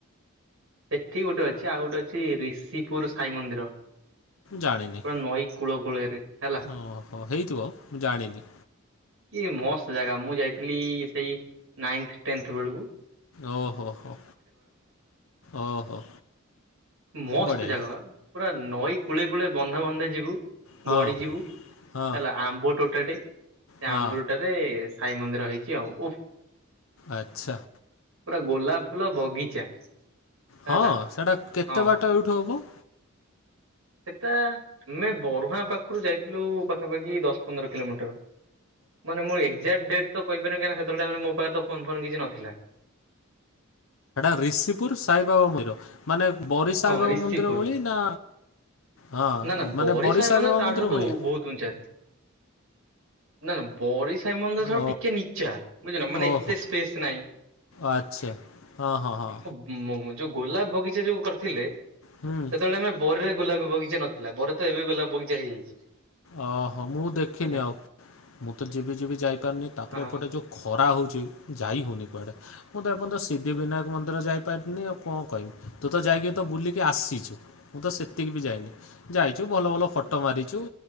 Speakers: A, on the right (about 85°); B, on the left (about 75°).
A: ସେଠି ଗୋଟେ ଅଛି, ଆଉ ଗୋଟେ ଅଛି ରିଷିପୁର ସାଇ ମନ୍ଦିର।
B: ଜାଣିନି।
A: ପୁରା ନଈ କୂଳ କୂଳରେ। ହେଲା
B: ଓହୋ। ହେଇଥିବ, ମୁଁ ଜାଣିନି।
A: ଇଏ ମସ୍ତ ଜାଗା, ମୁଁ ଯାଇଥିଲି ସେଇ ନାଇନ୍ଥ ଟେନ୍ଥ ବେଳୁକୁ
B: ଓହୋ ହୋ, ଓହୋ।
A: ମସ୍ତ
B: ବଢ଼ିଆ
A: ଜାଗା ବା। ପୁରା ନଈ କୂଳେ କୂଳେ ବନ୍ଧେ ବନ୍ଧେ ଯିବୁ
B: ହଁ
A: ଗଡିଯିବୁ,
B: ହଁ
A: ହେଲା ଆମ୍ବ ଟୋଟାଟେ, ସେ
B: ହଁ
A: ଆମ୍ବ ଟୋଟା ରେ ସାଇ ମନ୍ଦିର ହେଇଛି ଆଉ, ଉଫ
B: ଆଚ୍ଛା।
A: ପୁରା ଗୋଲାପ ଫୁଲ ବଗିଚା। ହେଲା।
B: ହଁ, ସେଇଟା କେତେ
A: ହଁ
B: ବାଟ ଏଇଠୁ ହବ?
A: ସେଇଟା, ଆମେ ବରୁହାଁ ପାଖରୁ ଯାଇଥିଲୁ ପାଖାପାଖି ଦଶ ପନ୍ଦର କିଲୋମିଟର। ମାନେ ମୁଁ ଏକ୍ଜାକ୍ଟ ଡେଟ ତ କହିପାରିବିନି, କାହିଁକିନା ସେତେବେଳେ ମୋ ପାଖରେ ତ ଫୋନ ଫୋନ୍ କିଛି ନଥିଲା।
B: ସେଟା ରିଷିପୁର ସାଇବାବା ମନ୍ଦିର, ମାନେ ବରି ସାଇବାବା
A: ହଁ ରିଷିପୁର।
B: ମନ୍ଦିର ଭଳି ନା ହଁ,
A: ନା ନା
B: ମାନେ ବରି
A: ସାଇ
B: ସାଇବାବା
A: ତାଠାରୁ
B: ମନ୍ଦିର
A: ତ
B: ଭଳିଆ?
A: ବହୁତ ଉଞ୍ଚାରେ। ନା ନା, ବରି ସାଇ ମନ୍ଦିରଠାରୁ
B: ଓ
A: ଟିକେ ନିଚ୍ଚା, ବୁଝିନ ମାନେ
B: ଓହୋ
A: ଏତେ ସ୍ପେସ ନାଇଁ
B: ଆଚ୍ଛା। ଓ ହୋ ହଁ।
A: ମୁଁ-ମୁଁ ଯୋଉ ଗୋଲାପ ବଗିଚା ଯୋଉ କରିଥିଲେ,
B: ହୁଁ
A: ସେତେବେଳେ ଆମେ ବରିରେ ଗୋଲାପ ବଗିଚା ନଥିଲା, ବରିରେ ତ ଏବେ ଗୋଲାପ ବଗିଚା ହେଇଯାଇଛି।
B: ଓହୋ। ମୁଁ ଦେଖିନି
A: ହେଲା
B: ଆଉ। ମୁଁ ତ ଯିବି ଯିବି ଯାଇପାରୁନି, ତାପରେ
A: ଆ
B: ଏପଟେ ଯୋଉ ଖ ଖରା ହଉଛି ଯାଇ ହେଉନି କୁଆଡ଼େ। ମୁଁ ତ ଏପର୍ଯ୍ୟନ୍ତ ସି ଦ୍ଧିବିନାୟକ ମନ୍ଦିର ଯାଇପାରୁନି ଆଉ କଣ କହିବି। ତୁ ତ ଯାଇକି ତ ବୁଲିକି ଆସିଛୁ, ମୁଁ ତ ସେତିକି ବି ଯାଇନି। ଯାଇଛୁ, ଭଲ ଭଲ ଫଟୋ ମାରିଛୁ,